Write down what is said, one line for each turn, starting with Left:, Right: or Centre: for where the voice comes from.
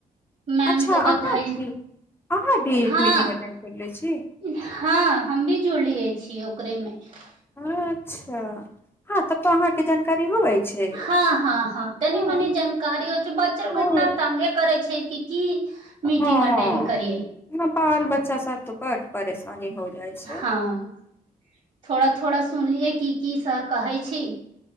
Right: मैम
Left: अच्छा
Right: तो बताई
Left: अहाँ भी अहाँ भी
Right: हँ
Left: मीटिंग अटेंड करले छी
Right: हँ हम भी जो लिय छीिय ओकरे मे <unintelligible>
Left: अच्छा हँ ततो अहाँके जानकारी होबै छै
Right: हँ हँ हँ तनी
Left: हँ
Right: मनी जानकारी हो बच्चा लग
Left: हँ
Right: इतना तंगे करै छै कि की
Left: हँ
Right: मीटिंग अटेंड करियै
Left: बाल बच्चा साथ त बड परेशानी हो जाइ छै
Right: हँ थोड़ा थोड़ा सुनलियै की की सर कहै छी